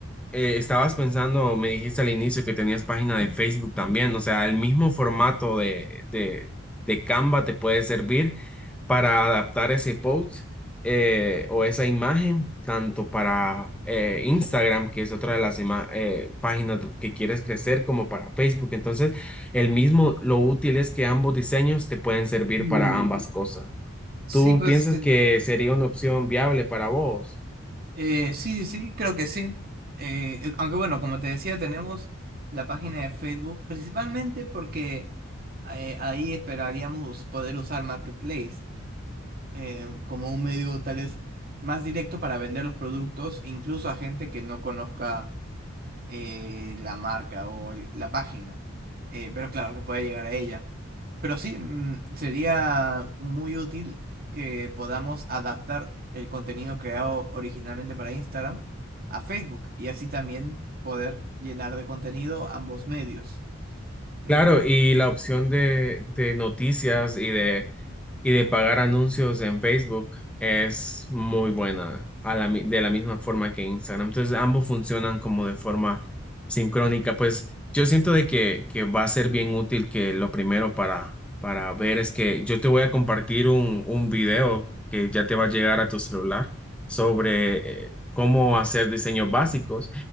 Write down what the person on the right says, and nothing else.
Mm,
Sí,
pues
te-
eh, sí, sí, sí, creo que sí. Eh, eh, aunque bueno, como te decía, tenemos la página de Facebook, principalmente porque eh, ahí esperaríamos us- poder usar Marketplace eh, como un medio tal vez más directo para vender los productos, incluso a gente que no conozca. eh, la marca o el- la página. Eh, pero claro que pueda llegar a ella. Pero sí, mm, sería muy útil que podamos adaptar el contenido creado originalmente para Instagram a Facebook y así también poder llenar de contenido ambos medios. Me
pa-